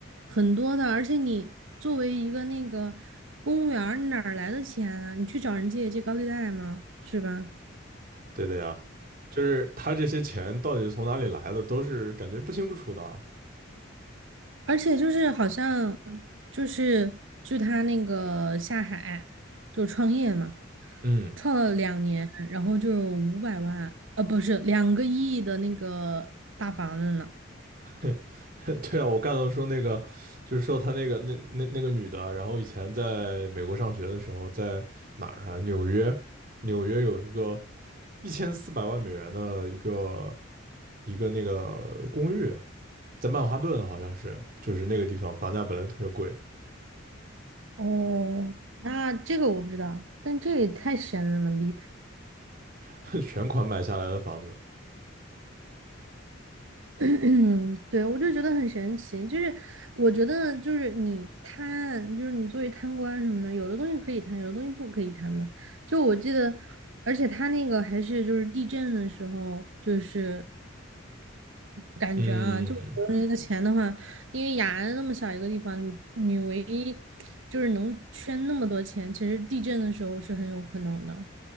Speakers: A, on the right; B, on the right.
A: 很多的，而且你作为一个那个公务员儿你哪儿来的钱啊？你去找人借借高利贷吗？是吧？
B: 对的呀，就是他这些钱到底是从哪里来的，都是感觉不清不楚的。
A: 而且就是好像就是据他那个下海就创业嘛，
B: 嗯，
A: 创了两年，然后就有五百万，呃，不是两个亿的那个大房子呢。
B: <laughs> 对啊，我刚才说那个，就是说他那个那那那个女的，然后以前在美国上学的时候，在哪儿啊？纽约，纽约有一个一千四百万美元的一个一个那个公寓，在曼哈顿好像是，就是那个地方房价本来特别贵，
A: 哦，那这个我不知道，但这也太神了嘛，离谱。
B: <laughs> 全款买下来的房子。
A: <clears throat> 嗯，对，我就觉得很神奇，就是我觉得就是你贪，就是你作为贪官什么的，有的东西可以贪，有的东西不可以贪的。就我记得，而且他那个还是就是地震的时候，就是感觉啊，
B: 嗯，
A: 就国内的钱的话，因为雅安那么小一个地方，你你唯一就是能圈那么多钱，其实地震的时候是很有可能的。